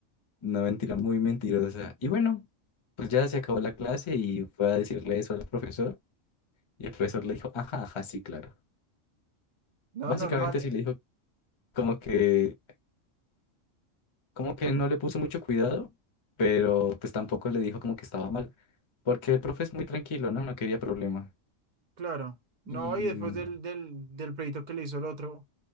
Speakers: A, on the left; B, on the right.
A: Una mentira muy mentirosa. Y bueno, pues ya se acabó la clase y fue a decirle eso al profesor. Y el profesor le dijo, ajá, ajá, sí, claro.
B: No,
A: Básicamente
B: normal,
A: sí le dijo como que, como que no le puso mucho cuidado, pero pues tampoco le dijo como que estaba mal, porque el profe es muy tranquilo, ¿no? No quería problema.
B: claro.
A: Y,
B: No, y después del, del, del pleito que le hizo el otro,